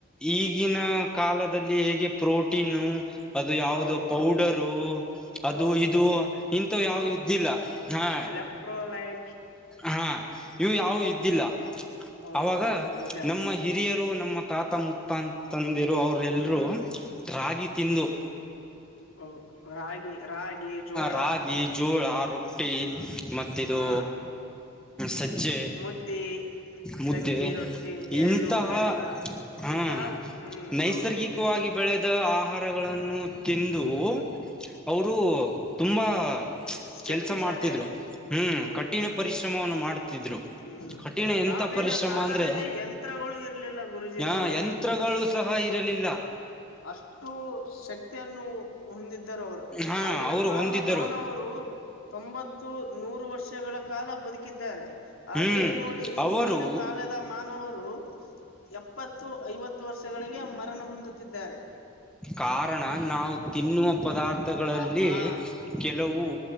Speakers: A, in the centre; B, on the left (about 85°).
A: ಈಗಿನ ಕಾಲದಲ್ಲಿ ಹೇಗೆ ಪ್ರೋಟೀನು ಅದು ಯಾವ್ದೋ
B: ಹೌದು ಹೌದು
A: ಪೌಡರು ಅದು
B: ಹೌದು
A: ಇದು ಇಂತ ಯಾವ ಇದ್ದಿಲ್ಲ ಹಾ
B: ಎಲೆಕ್ಟ್ರೋಲೈಟ್
A: ಹಾ ಇವು ಯಾವವು ಇದ್ದಿಲ್ಲ
B: ಹೌದು
A: ಅವಾಗ
B: ಹೌದು ನಿಜ
A: ನಮ್ಮ ಹಿರಿಯರು ನಮ್ಮ ತಾತ ಮುತ್ತ ಅಂತ ತಂದಿರು ಅವ್ರ ಎಲ್ರು
B: ಹ್ಮ್
A: ರಾಗಿ ತಿಂದು
B: ಹ ರಾಗಿ ರಾಗಿ ಜೋಳ
A: ರಾಗಿ ಜೋಳ ರೊಟ್ಟಿ
B: ಹ
A: ಮತ್ತಿದು
B: ಹಾ
A: ಸಜ್ಜೆ.
B: ಮುದ್ದಿ ಸಜ್ಜಿ
A: ಮುದ್ದೆ
B: ರೊಟ್ಟಿ ಎಳ್ಳು
A: ಇಂತಹ
B: ಬೆಲ್ಲ.
A: ಹಾ
B: ಹಿಂತಾವು ಹ್ಮ್
A: ನೈಸರ್ಗಿಕವಾಗಿ
B: ಹೌದ ಹೌದು.
A: ಬೆಳೆದ ಆಹಾರಗಳನ್ನು ತಿಂದು
B: ಹ್ಮ್
A: ಅವರು ತುಂಬಾ.
B: ಶಕ್ತಿಶಾಲಿಯಾಗಿರಿ.
A: ಕೆಲ್ಸ ಮಾಡ್ತಿದ್ರು ಹ್ಮ್
B: ಹೌದು
A: ಕಠಿಣ ಪರಿಶ್ರಮವನ್ನು ಮಾಡುತ್ತಿದ್ರು
B: ಹ್ಮ್
A: ಕಠಿಣ ಎಂತ
B: ಹಾವಿನ
A: ಪರಿಶ್ರಮ
B: ಕಾಲದಲ್ಲಿ
A: ಅಂದ್ರೆ
B: ಯಂತ್ರವು. ಳು ಇರ್ಲಿಲ್ಲ ಗುರುಜಿ
A: ಹ
B: ನೋಡಿ.
A: ಯಂತ್ರಗಳು ಸಹ ಇರಲಿಲ್ಲ
B: ಅಷ್ಟು ಶಕ್ತಿಯನ್ನು ಹೊಂದಿದ. ಅವರು
A: ಹಾ
B: ಆಗಿನ
A: ಅವರು
B: ಕಾಲದ
A: ಹೊಂದಿದ್ದರು
B: ಮಾನವರು ತೊಂಬತ್ತು ನೂರು ವರ. ವರ್ಷಗಳ ಕಾಲ ಬದುಕಿದ್ದಾರೆ ಅದೇ
A: ಹ್ಮ್
B: ನೋಡಿ
A: ಅವರು
B: ಈಗಿನ ಕಾಲದ ಮಾನವರು. ಎಪ್ಪತ್ತು ಐವತ್ತು ವರ್ಷಗಳಿಗೆ ಮರಣ. ಹೊಂದುತ್ತಿದ್ದಾರೆ
A: ಕಾರಣ ನಾವು ತಿನ್ನುವ. ಪದಾರ್ಥಗಳಲ್ಲಿ
B: ಆ ಹಾ
A: ಕೆಲವು